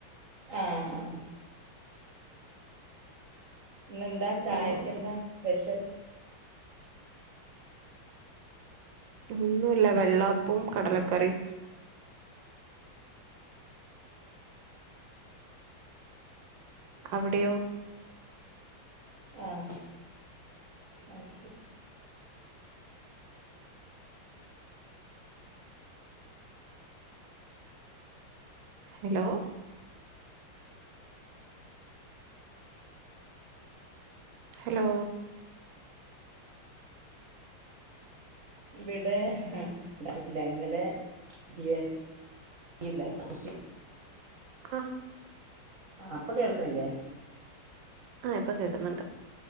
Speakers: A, on the right (about 50°); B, on the right (about 70°).
A: ആഹ ആ ഇെന്താ ചായക്ക്
B: ഉം
A: എന്താ സ്പെഷ്യൽ
B: ഒന്നുമല്ല വെള്ളാപ്പവും കടലക്കറും അവിടെയോ
A: ആഹ അ ശരി
B: ഹലോ ഹലോ
A: ഇവിടെ ഇണ്ടാക്കിട്ടില്ല ഇന്നലെ ബിരിയാണി ഇണ്ടാക്കീട്ട്
B: ആഹ്
A: ആ ഇപ്പൊ കേൾക്കണില്ലേ
B: ആ ഇപ്പൊ കേൾക്കുന്നുണ്ട്